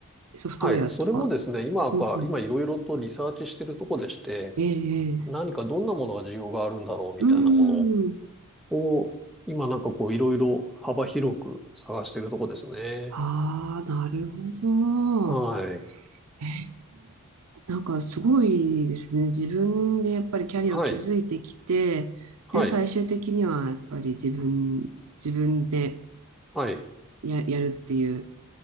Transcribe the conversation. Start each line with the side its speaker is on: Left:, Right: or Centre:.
Right: ソフトウェアとか。
Centre: はい。それもですね、今か、
Right: うんうん。
Centre: 今いろいろとリサーチしているところでして、
Right: ええ、ええ。
Centre: 何かどんなものが需要があるんだろうみたいなも
Right: うん。
Centre: のを、今なんかこういろいろ幅広く探しているところですね。
Right: ああ、なるほど。
Centre: はい。
Right: え、なんかすごいですね。自分でやっぱりキャリアを築いてきて、
Centre: はい、はい、
Right: で、最終的にはやっぱり自分、自分で
Centre: はい、
Right: や、やるっていう。